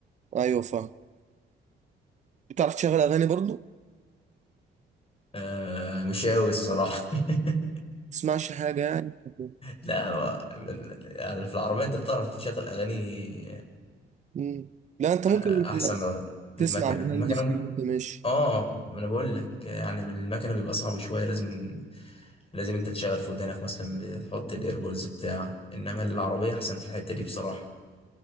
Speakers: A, on the right; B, on the left.
A: ايوه فاهم بتعرف تشغل اغاني برضو
B: آه مش قوي الصراحه <laughs>
A: تسمعش حاجه يعني <laughs>
B: لا ما- يعني في العربيه انت بتعرف تشغل اغاني
A: مم. لا انت
B: آه،
A: ممكن
B: احسن من
A: تسمع
B: المكنه
A: بالهندي
B: المكنه
A: فيه
B: ممكن
A: وانت ماشي
B: اه ما انا بقول لك يعني بالمكنه بيبقى صعب شويه لازم لازم انت تشغل في ودانك مثلا بتحط الايربودز بتاع انما العربيه احسن في الحته دي بصراحه